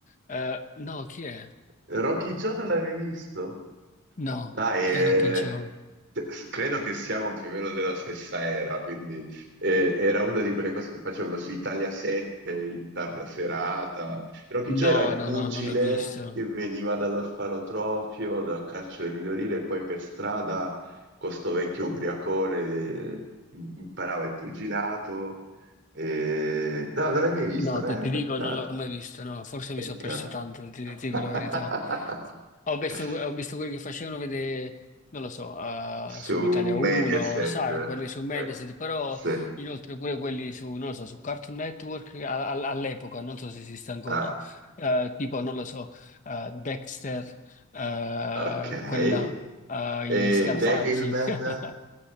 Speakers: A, on the left; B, on the right.
A: Eh, no, chi è?
B: Rocky Joe non l'avevi visto?
A: No,
B: Dai, eh,
A: chi era Okidjo?
B: te- s- credo che siamo più o meno della stessa era, quindi eh, era una di quelle cose che facevano su Italia 7 in tarda serata. Rocky Joe
A: No,
B: era il pugile
A: no, no, non l'ho visto.
B: che veniva dall'orfanotrofio, da un carcere minorile, e poi per strada, con sto vecchio ubriacone, eh, im- imparava il pugilato. E... No, non l'hai mai visto?
A: No,
B: Eh,
A: te, ti
B: peccato,
A: dico, non l'ho mai visto, no, forse mi
B: peccato.
A: sono perso tanto, ti, ti dico
B: <laughs>
A: la verità. Ho visto, ho visto quelli che facevano vedere, non lo so, eh,
B: su
A: su Italia
B: Mediaset.
A: 1, sai, quelli su Mediaset,
B: eh,
A: però
B: sì.
A: inoltre pure quelli su, non lo so, su Cartoon Network a- a- all'epoca, non so se esiste ancora,
B: Ah,
A: eh, tipo, non lo so, eh, Dexter, eh,
B: ok.
A: quelli là, eh, gli
B: E
A: Scarafaggi.
B: Devilman,
A: <laughs>